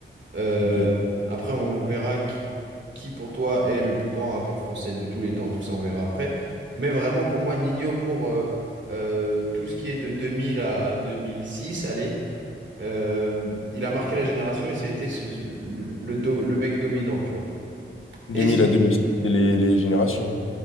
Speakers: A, on the right; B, on the left.
A: Euh,
B: Ok.
A: après, on verra qui, qui pour toi est le plus grand rappeur français de tous les temps. Tout ça, on verra après. Mais vraiment, pour moi, Nino, pour euh, euh, tout ce qui est de 2000 à 2006, allez, euh, il a marqué la génération et ça a été ce- ce- le, le do- le mec dominant, tu vois.
B: 2000
A: Et si,
B: à 2006, c'est les, les générations.